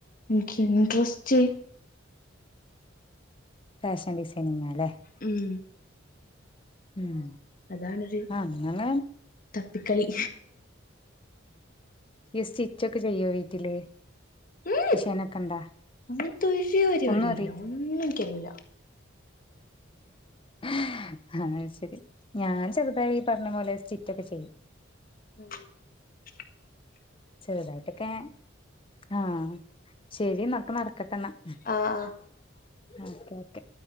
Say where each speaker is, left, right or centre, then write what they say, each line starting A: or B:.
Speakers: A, on the left (about 45°); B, on the left (about 25°).
A: ഇൻക്ക് ഇൻട്രസ്റ്റ്
B: ഫാഷൻ ഡിസൈനിങ്ങ്ലെ
A: ഉം
B: ഉം
A: അതാണൊരു
B: അങ്ങനെ
A: തപ്പിക്കളി
B: ഇ സ്റ്റിച്ച് ഒക്കെ ചെയ്യോ വീട്ടില്
A: ഹ്
B: മിഷീനൊക്കെ ഇണ്ടാ
A: അങ്ങനത്തെ ഒരു പരിപാടിയല്ലാ.
B: ഒന്നും
A: ഒന്നും എനിക്കറിയുല്ല
B: ആഹ ശരി ഞാൻ ചെറുതായി പറഞ്ഞ പോലെ സ്റ്റിച്ച് ഒക്കെ ചെയ്യും
A: ഹം <unintelligible>
B: ചെറുതായിട്ടൊക്കെ ആഹ ശരി എന്നാ നടക്കട്ടെന്നാൽ
A: ആഹ് ആഹ്
B: ഓക്കെ ഓക്കെ